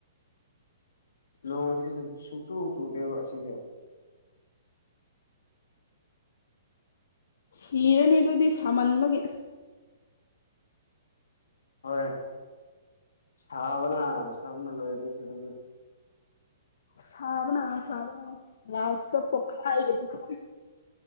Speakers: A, on the left; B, on the left.
A: ꯂꯣꯡ ꯁꯨ ꯆꯨ ꯆꯨ ꯗꯦꯕꯥ ꯁꯤꯒ
B: ꯁꯤꯔꯅꯤ ꯑꯗꯨꯗꯤ ꯁꯥꯃꯟꯕꯒꯤ
A: ꯍꯣꯏ ꯁꯕꯅ ꯁꯕꯅ ꯂꯣꯏꯔꯦꯁꯤ ꯁꯤꯗꯗꯤ
B: ꯁꯥꯥꯕꯅ ꯁꯥꯕꯅ ꯂꯥꯁꯇ ꯄꯣꯈꯥꯏꯒꯅꯤꯀꯣ